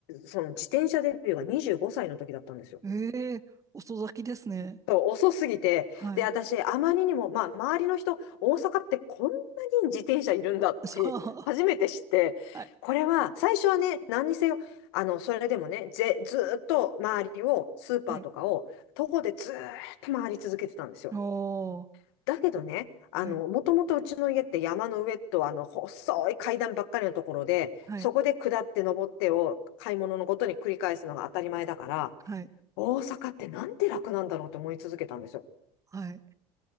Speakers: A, on the left (about 80°); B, on the right (about 25°).
A: その自転車デビューが25歳の時だったんですよ。
B: ええ遅咲きですね。
A: そう遅すぎて。
B: はい。
A: で、私、あまりにも、まあ、周りの人、大阪ってこんなに自転車いるんだって、
B: そう。
A: 初めて知って、
B: はい。
A: これは、最初はね、何にせよ、あの、それでもね、ぜ、ずーっと周りを、スーパーとかを、
B: はい。
A: 徒歩でずーっと回り続けてたんですよ。
B: おー。
A: だけどね、あの、
B: はい。
A: もともとうちの家って山の上と、あの、細い階段ばっかりのところで、
B: はい。
A: そこで下って登ってを、買い物のごとに繰り返すのが当たり前だから、
B: はい。
A: 大阪ってなんて楽なんだろうと思い続けたんですよ。
B: はい。